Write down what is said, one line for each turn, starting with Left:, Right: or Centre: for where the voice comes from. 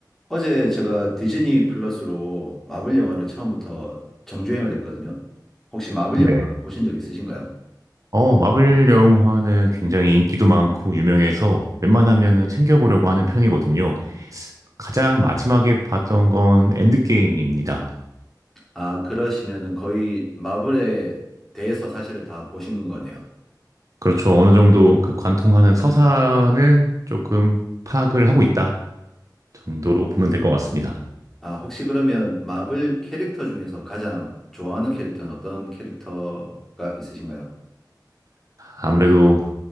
Centre: 어제 제가 디즈니 플러스로 마블 영화를 처음부터 정주행을 했거든요. 혹시 마블
Right: 네.
Centre: 영화 보신 적 있으신가요?
Right: 어, 마블 영화는 굉장히 인기도 많고 유명해서 웬만하면은 챙겨보려고 하는 편이거든요. 가장 마지막에 봤던 건 엔드게임입니다.
Centre: 아, 그러시면은 거의 마블에 대해서 사실을 다 보신 거네요.
Right: 그렇죠. 어느 정도 그 관통하는 서사는 조금 파악을 하고 있다 정도로 보면 될 것 같습니다.
Centre: 아, 혹시 그러면 마블 캐릭터 중에서 가장 좋아하는 캐릭터는 어떤 캐릭터가 있으신가요?
Right: 아무래도